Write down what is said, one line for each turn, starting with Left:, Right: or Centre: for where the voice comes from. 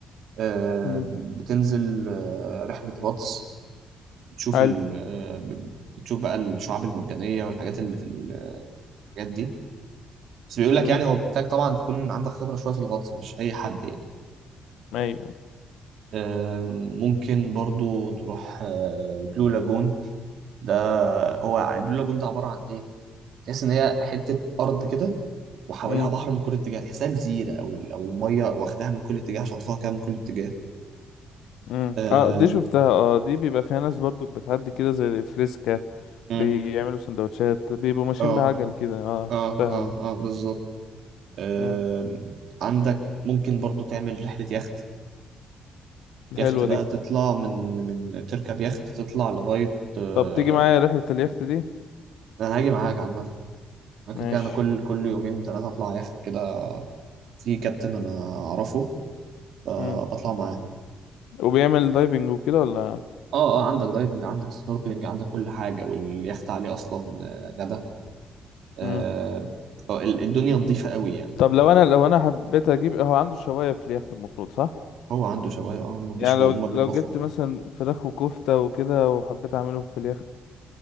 Right: آه،
Left: مم.
Right: بتنزل آه، رحلة غطس بتشوف
Left: حلو
Right: ال آه، ب- بتشوف بقى الشعاب المرجانية والحاجات اللي في ال- الحاجات دي بس بيقول لك
Left: مم.
Right: يعني هو محتاج طبعا تكون عندك خبرة شوية في الغطس مش أي حد يعني
Left: ايوه
Right: آم، ممكن برضو تروح آه، البلو لاجون ده هو البلو لاجون ده عبارة عن إيه؟ تحس إن هي حتة أرض كده وحواليها
Left: مم.
Right: بحر من كل اتجاه تحسها جزيرة أو ال- أو المية واخداها من كل اتجاه شاطفاها كده من كل اتجاه
Left: مم.
Right: آه،
Left: اه دي شفتها اه دي بيبقى فيها ناس برضو بتعدي كده زي الفريسكا
Right: مم.
Left: بيعملوا سندوتشات بيبقوا ماشيين
Right: اه
Left: بعجل كده اه
Right: اه
Left: شفتها
Right: اه
Left: دي
Right: اه بالظبط آه
Left: امم
Right: عندك ممكن برضو تعمل رحلة يخت يخت
Left: حلوة
Right: بقى
Left: دي
Right: تطلع من من تركب يخت تطلع لغاية آه
Left: طب تيجي معايا رحلة اليخت دي
Right: انا هاجي معاك عامة انا كنت
Left: ماشي
Right: كده انا كل كل يومين ثلاثة اطلع يخت كده في كابتن انا اعرفه فبطلع
Left: امم
Right: معاه
Left: وبيعمل دايفنج وكده ولا
Right: اه اه عندك دايفنج عندك سنوركلينج عندك كل حاجة واليخت عليه اصلا آه، غدا آه
Left: امم
Right: آه، الدنيا نظيفة قوي يعني
Left: طب لو انا لو انا حبيت اجيب هو عنده شواية في اليخت المفروض صح
Right: هو عنده شواية اه هم بيشوا
Left: يعني لو
Right: هم بيطبخوا
Left: لو جبت مثلا فراخ وكفتة وكده وحبيت اعملهم في اليخت